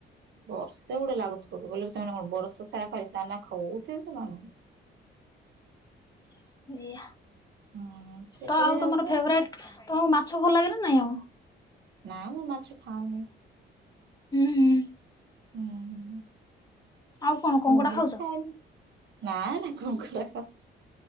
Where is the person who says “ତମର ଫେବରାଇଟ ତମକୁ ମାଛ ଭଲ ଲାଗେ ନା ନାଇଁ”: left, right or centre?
Left